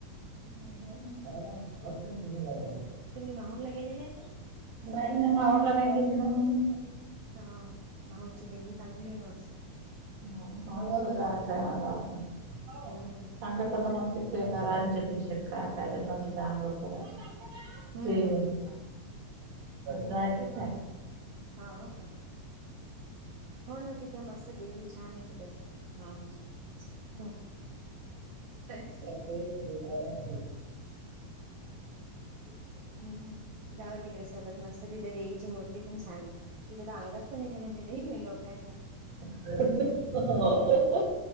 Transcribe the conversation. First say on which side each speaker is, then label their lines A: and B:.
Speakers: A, on the right; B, on the right.
A: <unintelligible>
B: हम्म तुम्ही माहूरला
A: <inaudible>
B: गेलेले आहेत हा नावाची देवी चांगली आहे मस्त
A: हो म जायचंय माझ अडचण सांगितलं
B: हम्म माहू
A: तर मग ते बे का राज्यभिशेक का काय तर नदी तर आंघोळ करायच
B: हम्म
A: ते
B: हम्म हम्म
A: जायच.
B: हो का हो ना तिथ मस्त देवी छान आहे तिकडे हा ह
A: ते झा
B: हम् हम्म जाऊ तिकडे सोबत मस्त तिथे देवीची मूर्ती पण छान आहे तिथे तर अंगात ण ते म्हणज लोकांनाच्या
A: ह